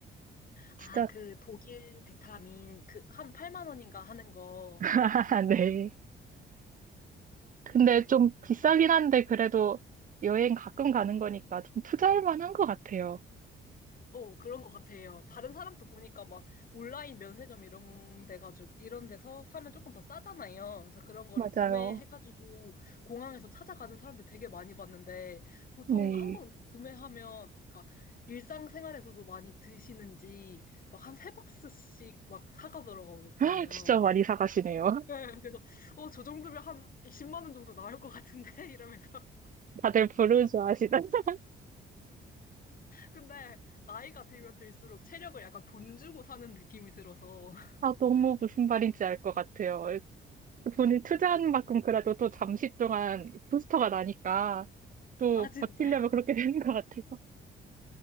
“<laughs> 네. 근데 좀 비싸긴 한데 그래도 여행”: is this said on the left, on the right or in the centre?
Right